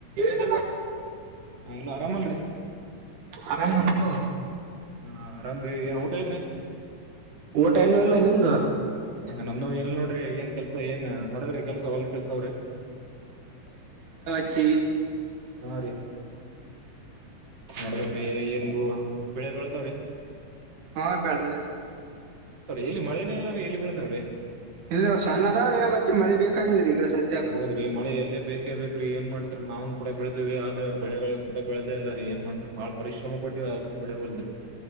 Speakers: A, on the right; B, on the right.
A: ಏನಲ್ಲ
B: ಹ ಎಲ್ಲ ಆರಾಮಲ್ರಿರಿ
A: ಆರಾಮ ನೀವು
B: ಹ ಆರಾಮ್ರಿ ಏನ್ ಊಟ ಇದ್ರಿ
A: ಊಟ ಇನ್ನೂ ಇಲ್ಲ ನಿಮ್ದು
B: ನಮ್ದ ಎಲ್ ನೋಡ್ರಿ ಏನ್ ಕೆಲ್ಸ ಏನ್ ನಡದ್ರಿ ಕೆಲ್ಸ ಒಲ್ ಕೆಲ್ಸ ಅವ್ರಿ
A: ಪಕ್ಷ
B: ಹಾ ರೀ ನವ್ರೀ ಏನಗೂ ಬೆಳೆ ಬೆಳೆದಾವ್ರೀ
A: ಹಾ ಕದ
B: ಎಲ್ಲಿ ಮಳಿನೇ ಇಲ್ಲರಿ ಎಲ್ಲಿ ಬೆಳದವ್ರಿ
A: ಇಲ್ಲ ಸಣ್ಣದಾವ್ರಿ ಮತ್ತೆ ಮಳೆ ಬೇಕಾಗಿದ್ರಿ ಈಗ ಸದ
B: ಹೌದ್ರಿ ಮಳೆ ಎಲ್ಲೇ ಬೇಕೇ ಬೇಕ್ರೀ ಏನ್ ಮಾಡ್ತಾರ ನಾವ್ ಕೂಡ ಬೆಳೆ್ವಿ ಆದ್ರ ಬೆಳಗಳಗಳು ಕೂಡ ಬೆಳೆದ ಇಲ್ಲ ರ ಏನ್ ಮಾಡ್ತಾರ ಬಾಳ ಪರಿಶ್ರಮ ಕೊಟ್ಟೀವಿ ಅದನ್ ಬೆಳೆೋದ್ರಿ